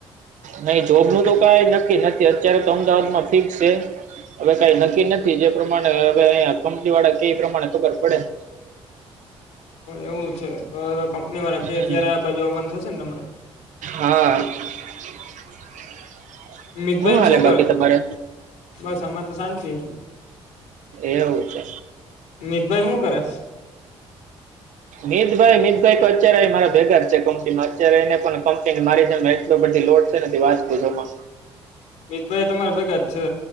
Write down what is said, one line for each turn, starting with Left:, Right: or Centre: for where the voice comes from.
Right: નહી જોબનું તો કઈ નક્કી નથી અત્યારે તો અમદાવાદમાં ફિક્સ છે. હવે કઈ નક્કી નથી જે પ્રમાણે હવે અહીયા કંપની વાળા કેય એ પ્રમાણે ખબર પડે
Left: એવું છે તો કંપની વાળા કે
Right: હમ
Left: ત્યારે આ બાજુ આવવાનું થશે ને તમારે
Right: હા <inaudible>
Left: મિતભાઈને
Right: હું હાલે
Left: શું
Right: બાકી
Left: કરે
Right: તમારે
Left: બસ આમારે તો શાંતિ
Right: એવું છે
Left: મિતભાઈ હું કરે?
Right: મિતભાઈ મિ કઈક અત્યારે મારા ભેગા જ છે, કંપનીમાં અત્યારે એને પણ કંપનીની મારી જેમે એટલો બધી લોડ છે ને વાત પૂછમાં
Left: મિતભાઈ તમારા ભેગા જ છે,